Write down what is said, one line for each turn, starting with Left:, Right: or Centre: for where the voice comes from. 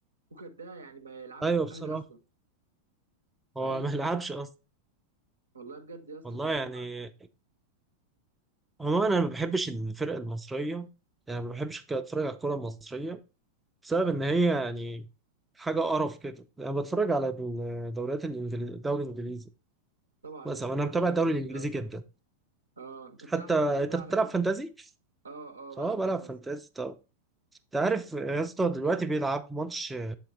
Right: كوكا ده يعني ما يلعبش
Centre: أيوه
Right: في
Centre: بصراحة
Right: الاهلي اصلا
Centre: هو
Right: فاهم
Centre: <laughs> ما لعبش أصلا
Right: والله بجد يا اسطى
Centre: والله
Right: فهم
Centre: يعني
Right: آه،
Centre: عموما أنا ما بحبش الفرق المصرية يعني ما بحبش كده أتفرج على الكورة المصرية بسبب إن هي يعني حاجة قرف كده أنا بتفرج على الدوريات الإنجليزي الدوري الإنجليزي
Right: طبعا
Centre: مثلا
Right: يا اسطى
Centre: أنا
Right: الدوري
Centre: متابع
Right: الانجليزي
Centre: الدوري
Right: جامد
Centre: الإنجليزي
Right: قوي
Centre: جدا
Right: اه انت بتلعب
Centre: حتى أنت
Right: فانتازي بقى
Centre: بتلعب
Right: على كده
Centre: فانتازي؟
Right: اه اه بلعب
Centre: أه بلعب
Right: فانتازي
Centre: فانتازي طب أنت عارف يا اسطى دلوقتي بيلعب ماتش